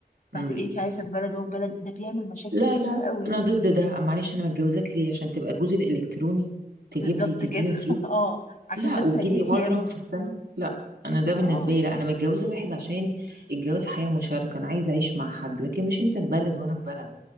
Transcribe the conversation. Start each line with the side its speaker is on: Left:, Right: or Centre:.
Right: امم
Left: فهتبقي انت عايشة في بلد وهو في بلد ده بيعمل مشاكل
Right: لا
Left: كتير
Right: لا
Left: قوي
Right: أنا ضد ده معلش أنا متجوزاك ليه عشان تبقى جوزي الإلكتروني تجيب
Left: بالظبط
Right: لي تديني
Left: كده
Right: فلوس
Left: <laughs> اه عشان
Right: لا
Left: بس
Right: وتجيلي
Left: اي تي
Right: مرة
Left: ام
Right: في السنة لا أنا ده بالنسبة
Left: اه
Right: لي لا أنا متجوزة واحد عشان الجواز حياة مشاركة أنا عايزة أعيش مع حد لكن مش أنت في بلد وأنا في بلد